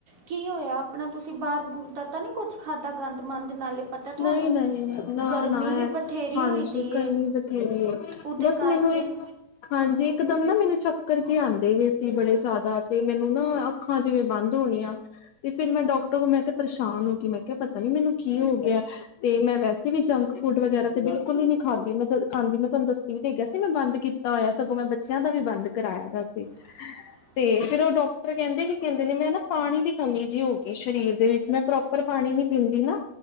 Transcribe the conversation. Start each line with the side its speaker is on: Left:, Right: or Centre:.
Right: ਕੀ ਹੋਇਆ? ਆਪਣਾ ਤੁਸੀਂ ਬਾਰ ਬੂਰ ਦਾ ਤਾਂ ਨੀ ਕੁੱਛ ਖਾਧਾ ਗੰਦ ਮੰੰਦ ਨਾਲੇ ਪਤਾ ਤੁਹਾਨੂੰ,
Left: ਨਹੀਂ ਨਹੀਂ ਨਾ
Right: ਗਰਮੀ
Left: ਨਾ
Right: ਵੀ
Left: ਐ
Right: ਬਥੇਰੀ
Left: ਹਾਂਜੀ
Right: ਹੋਈ ਦੀ
Left: ਗਰਮੀ
Right: ਏ।
Left: ਬਥੇਰੀ ਹੈ
Right: ਓਦੇ
Left: ਬਸ
Right: ਕਰਕੇ
Left: ਮੈਨੂੰ ਇੱਕ ਹਾਂਜੀ ਇਕਦਮ ਨਾ ਮੈਨੂੰ ਚੱਕਰ ਜੇ ਆਂਦੇ ਪਏ ਸੀ ਬੜੇ ਜਾਦਾ ਤੇ ਮੈਨੂੰ ਨਾ ਅੱਖਾਂ ਜਿਵੇਂ ਬੰਦ ਹੋਣੀਆਂ ਤੇ ਫੇਰ ਮੈਂ ਡਾਕਟਰ ਕੋਲ ਮੈਂ ਤੇ ਪਰੇਸ਼ਾਨ ਹੋ ਗੀ, ਮੈਂ ਕਿਹਾ ਪਤਾ ਨੀ ਮੈਨੂੰ ਕੀ ਹੋ ਗਿਆ। ਤੇ ਮੈਂ ਵੈਸੇ ਵੀ ਜੰਕ ਫੂਡ ਵਗੈਰਾ ਤੇ ਬਿਲਕੁਲ ਈ ਨੀ ਖਾਂਦੀ, ਮੈਂ ਖਾਂਦੀ ਮੈਂ ਤੁਹਾਨੂੰ ਦੱਸੀ ਵੀ ਤੇ ਹੈਗਾ ਸੀ ਮੈਂ ਬੰਦ ਕੀਤਾ ਹੋਇਆ, ਸਗੋਂ ਮੈਂ ਬੱਚਿਆਂ ਦਾ ਵੀ ਬੰਦ ਕਰਾਇਆ ਦਾ ਸੀ।
Right: ਹੂੰ।
Left: ਤੇ ਫੇਰ ਓ ਡਾਕਟਰ ਕਹਿੰਦੇ ਕਿ ਕਹਿੰਦੇ ਨੇ ਮੈਂ ਨਾ ਪਾਣੀ ਦੀ ਕਮੀ ਜੀ ਹੋ ਗੀ ਸਰੀਰ ਦੇ ਵਿੱਚ, ਮੈਂ ਪ੍ਰੋਪਰ ਪਾਣੀ ਨੀ ਪੀਂਦੀ ਨਾ।